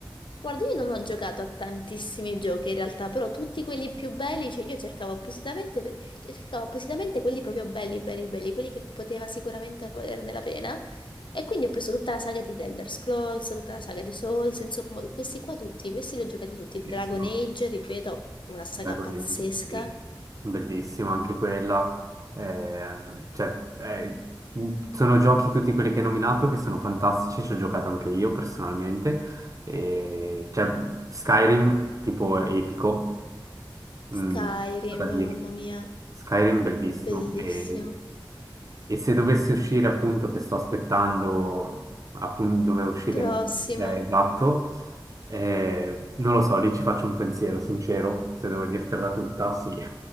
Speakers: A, on the left (about 80°); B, on the right (about 45°).
A: guarda, io non ho giocato a tantissimi giochi in realtà, però tutti quelli più belli, cioè io cercavo appositamente, per- cioè, cercavo appositamente quelli proprio belli, belli, belli, quelli che poteva sicuramente valerne la pena. E quindi ho preso tutta la saga di The Elder Scrolls, tutta la saga di Souls, insomma, questi qua tutti, questi li ho giocati tutti.
B: Sì,
A: Dragon
B: sì.
A: Age, ripeto, una saga
B: Beh, con
A: pazzesca.
B: il- sì. Bellissimo anche quella. Eh, cioè, eh, sono giochi tutti quelli che hai nominato che sono fantastici, ci ho giocato anche io personalmente. E, cioè, Skyrim tipo epico, Mm,
A: Skyrim,
B: da dire.
A: mamma mia,
B: Skyrim bellissimo
A: bellissimo.
B: e, e se dovesse uscire appunto che sto aspettando appunto dove uscire
A: Il prossimo.
B: eh, esatto eh, non lo so lì ci faccio un pensiero sincero se devo dirtela tutta sì